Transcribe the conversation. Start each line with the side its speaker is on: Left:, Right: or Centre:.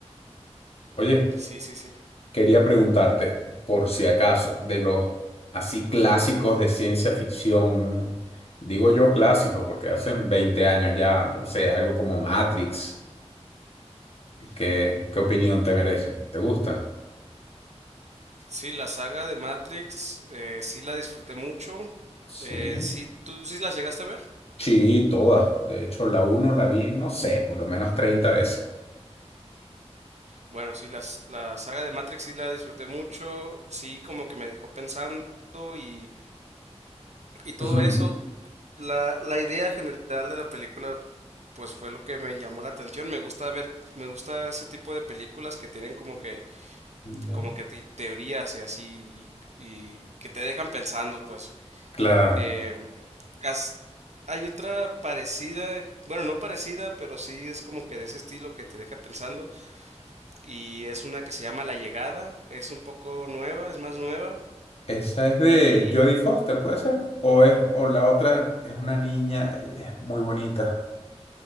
Left: Oye.
Right: Sí, sí, sí.
Left: Quería preguntarte, por si acaso, de los así clásicos de ciencia ficción, digo yo clásicos porque hacen 20 años ya, no sé, algo como Matrix, ¿qué, qué opinión te merecen? ¿Te gusta?
Right: Sí, la saga de Matrix, eh, sí la disfruté mucho.
Left: Sí.
Right: Eh, sí, ¿tú sí las llegaste a ver?
Left: Sí, todas. De hecho, la uno la vi, no sé, por lo menos 30 veces.
Right: Bueno, sí, las, la saga de Matrix sí la disfruté mucho, sí como que me dejó pensando y, y todo
Left: <laughs>
Right: eso. La, la idea general de la película pues fue lo que me llamó la atención. Me gusta ver, me gusta ese tipo de películas que tienen como que,
Left: Ya.
Right: como que te- teorías y así, y, y que te dejan pensando, pues.
Left: Claro.
Right: Eh, cas- hay otra parecida, bueno, no parecida, pero sí es como que de ese estilo que te deja pensando, y es una que se llama La Llegada, es un poco nueva, es más nueva
Left: Esa es de
Right: y
Left: Jodie Foster, ¿puede ser? O es, o la otra es una niña, es muy bonita.